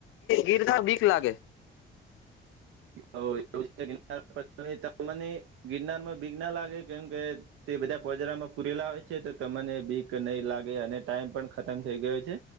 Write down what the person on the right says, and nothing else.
વુંર મને ગિરનારમાં બીગ ના લાગે કેમ કે તે બધા પોજારામાં પૂરેલા હોય છે તો તમને બીક નહીં લાગે અને ટાઈમ પણ ખતમ થઈ ગયો છે